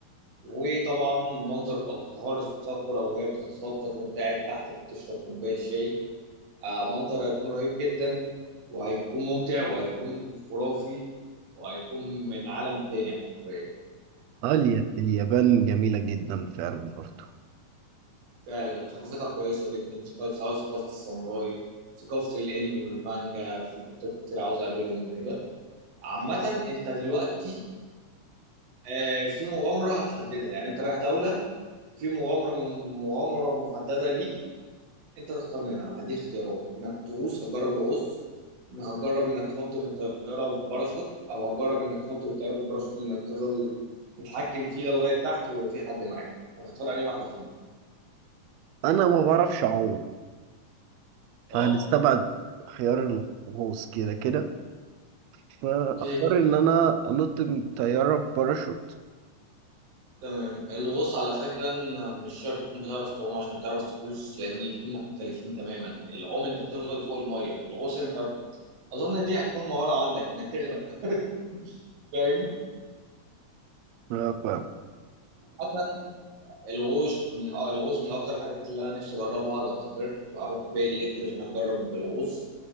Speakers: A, on the right; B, on the right.
A: وطبعا منظر الازهار الصقرة وهي بتتساقط وانت قاعد تحت بتشرب كوبايه شاي آه، منظر هيكون رهيب جدا وهيكون ممتع وهيكون خرافي وهيكون من عالم تاني حرفيا
B: اه اليا- اليابان جميلة جدا فعلا برضو
A: ففعلا ثقافتها كويسه جدا ثقافة- سواء ثقافه الساموراي ثقافه الانمي والمانجا في كتاب كتير عاوز اقابلهم وكده عامة انت دلوقتي آه، في مغامرة هتحددها يعني انت رايح دولة في مغامرة من مغامرة محددة ليك انت تختار منها هديك اختيارات انك تغوص هتجرب الغوص انك هتجرب انك تنط من الطيارة بباراشوت او هتجرب انك تنط من الطيارة بالباراشوت اللي انك تفضل متحكم فيه ده لغاية تحت ويبقى في حد معاك هتختار انهي واحدة فيهم
B: انا ما بعرفش اعوم فهنستبعد
A: اه
B: خيار الغوص كده كده فاختار
A: اوكي
B: ان انا انط من طياره باراشوت
A: تمام الغوص على فكرة إن مش شرط تكون بتعرف تعوم عشان تعرف تغوص لأن الاتنين مختلفين تماما العوم أنت بتفضل فوق المية الغوص أنت أظن دي هتكون مهارة عندك إنك تغرق <laughs> فاهم
B: ف-
A: مثلا الغوص من آه، الغوص من اكتر الحاجات اللي انا نفسي اجربها لو سافرت اروح بالي اكيد عشان اجرب الغوص